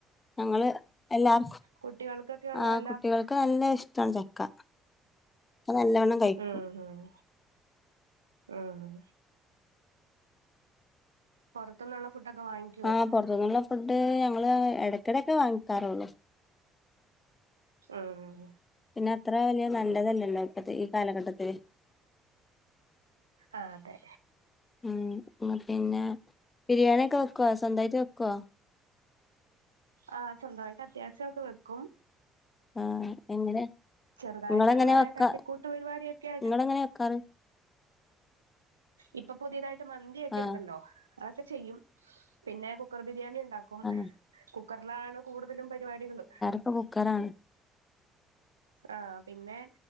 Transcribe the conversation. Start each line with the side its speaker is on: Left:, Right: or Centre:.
Left: ഞങ്ങള് എല്ലാം
Right: കുട്ടികൾക്കൊക്കെ ഉള്ളതെല്ലാം
Left: ആഹ് കുട്ടികൾ ക്ക് നല്ല ഇഷ്ടവാണ് ചക്ക ഇപ്പൊ നല്ലവണ്ണം കഴിക്കും
Right: ഉം ഊം ഉം പൊറത്ത്ന്നുള്ള ഫുഡൊക്കെ വാങ്ങി
Left: ആഹ് പൊറത്ത് നിന്നുള്ള ഫുഡ് ഞങ്ങള് ഇടക്കിടൊക്കെ വാങ്ങിക്കാറുള്ളൂ
Right: ആഹ്
Left: പിന്നെ അത്ര വലിയ നല്ലതല്ലല്ലോ ഇപ്പത്തെ ഈ കാലഘട്ടത്തില്
Right: ആഹ് അതെ
Left: ഉം പിന്നെ ബിരിയാണി ഒക്കെ വെക്കുവൊ സ്വന്തവായിട്ട് വെക്കോ
Right: ആഹ് സ്വന്തവായിട്ട് അത്യാവശ്യം ഒക്കെ വെക്കും
Left: ആഹ് എങ്ങനെ
Right: ചെറുതായിട്ടുള്ള
Left: നിങ്ങൾ എങ്ങന വെക്കാ
Right: തട്ടിക്കൂട്ട് പരിപാടിയൊക്കെ ആയിട്ട്
Left: നിങ്ങൾ എങ്ങനെ വെക്കാറ്
Right: ഇപ്പൊ പുതിയതായിട്ട് മന്തിഒക്കെ
Left: ആ
Right: ഉണ്ടല്ലോ അതൊക്കെ ചെയ്യും പിന്നെ കുക്കർ ബിരിയാണി ഉണ്ടാക്ക് ക്കും
Left: ആ
Right: കുക്കറിലാണ് കൂടുതലും പരിപാടികള്
Left: ഇപ്പൊ കുക്കറാണ്
Right: ആഹ് പിന്നെ